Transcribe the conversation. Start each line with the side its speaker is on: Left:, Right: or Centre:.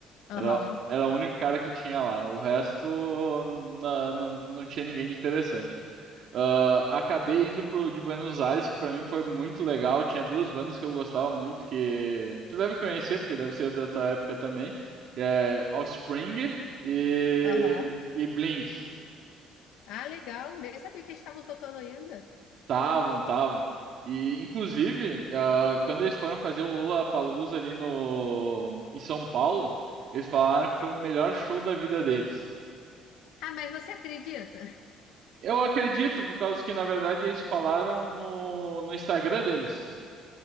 Left: Aham,
Right: Era, era o único cara que tinha lá. O resto na- na- não, tinha ninguém de interessante. Ah, acabei indo pro de Buenos Aires, que pra mim foi muito legal. Tinha duas bandas que eu gostava muito, que tu deve conhecer, porque deve ser da tua época também, que é Offspring e,
Left: aham.
Right: e Blink.
Left: Ah, legal. Nem sabia que eles estavam tocando ainda.
Right: Tavam, tavam. E, inclusive, ah, quando eles foram fazer o Lollapalooza ali no, em São Paulo, eles falaram que foi o melhor show da vida deles.
Left: Ah, mas você acredita?
Right: Eu acredito, por causa que, na verdade, eles falaram no, no Instagram deles.